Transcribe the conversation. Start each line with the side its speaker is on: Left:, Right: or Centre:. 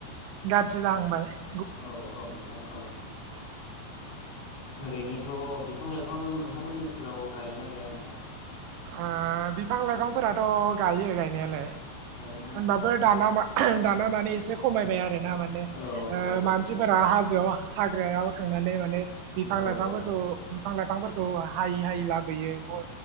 Right: गाज्रि जाहांबाय ।
Left: औ औ नोंथां औ ओरैनोथ' बिफां-लाइफां नोंथांमोननि ओनसोलाव गायोना गाया नोंथां?
Right: ओ बिफां- लाइफांफोराथ' गायो गायनायालाय
Left: गायोना नोंथां
Right: होनबाबो दाना मा <unintelligible> दाना माने एसे खमायबाय आरो । ना माने
Left: औ औ
Right: मानसिफोरा
Left: औ
Right: हाजोआव हाग्रायाव थांनानै माने बिफां-
Left: नंगौ
Right: लाइफांफोरखौ
Left: औ
Right: बिफां- लाइफांफोरखौ हायै हायै लाबो लाबोयो